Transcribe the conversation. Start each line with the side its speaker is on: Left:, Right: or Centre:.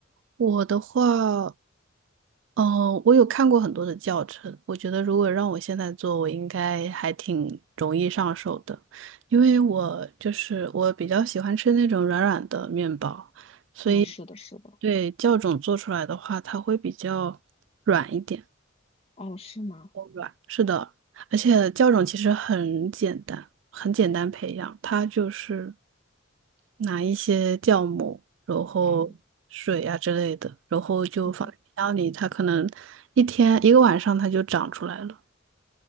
Right: 我的话，哦，我有看过很多的教程，我觉得如果让我现在做，我应该还挺容易上手的，因为我就是我比较喜欢吃那种软软的面包，所以
Left: 嗯，是的，是的。
Right: 对酵种做出来的话，它会比较软一点，
Left: 哦，是吗？
Right: 哦软。是的，而且酵种其实很简单，很简单培养，它就是拿一些酵母，然后水啊之类的，
Left: 嗯
Right: 然后就嗯放在冰箱里，
Left: 嗯，
Right: 它可能一天一个晚上它就长出来了。